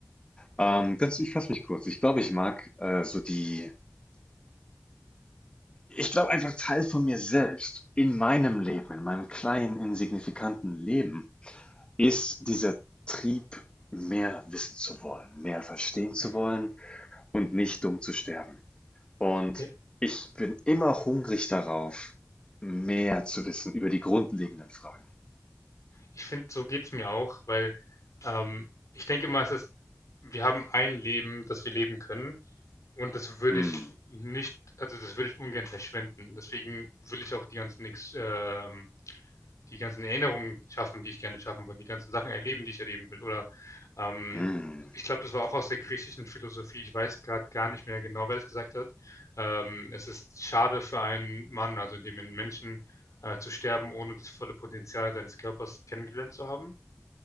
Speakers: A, on the left; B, on the left.
A: Ähm, ganz, ich fasse mich kurz. Ich glaube, ich mag äh, so die Ich glaube einfach Teil von mir selbst in meinem Leben, in meinem kleinen, insignifikanten Leben, ist dieser Trieb, mehr wissen zu wollen, mehr verstehen zu
B: mhm.
A: wollen und nicht dumm zu sterben. Und
B: Ja.
A: ich bin immer hungrig darauf, mehr zu wissen über die grundlegenden Fragen.
B: Ich finde, so geht es mir auch, weil ähm, ich denke immer, es ist, wir haben ein Leben, das wir leben können. Und das würde
A: Mm,
B: ich nicht, also das würde ich ungern verschwenden. Deswegen will ich auch die ganzen, Ex- ähm, die ganzen Erinnerungen schaffen, die ich gerne schaffen will, die ganzen Sachen erleben, die ich erleben will. Oder ähm,
A: mm,
B: ich glaube, das war auch aus der griechischen Philosophie. Ich weiß gerade gar nicht mehr genau, wer das gesagt hat. Ähm, es ist schade für einen Mann, also in dem einen Menschen äh, zu sterben, ohne das volle Potenzial seines Körpers kennengelernt zu haben.